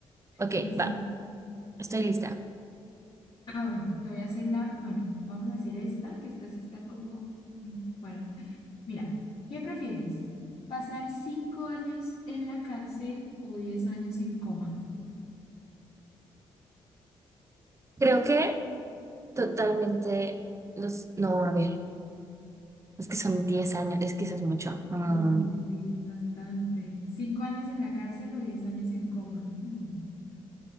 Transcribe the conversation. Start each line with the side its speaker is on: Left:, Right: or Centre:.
Right: Ok,
Left: Uy, sí.
Right: va, estoy lista.
Left: Ah, bueno, te voy a hacer la, bueno, vamos a hacer esta, que esta sí está como, mm, bueno, mira, ¿qué prefieres? ¿Pasar cinco años en la cárcel o diez años en coma?
Right: Creo que totalmente los, no, a ver. Es que son 10 años, es que eso es mucho. Mm.
Left: Sí, sí, sí, sí, bastante. ¿Cinco años en la cárcel o diez años en coma? Mm.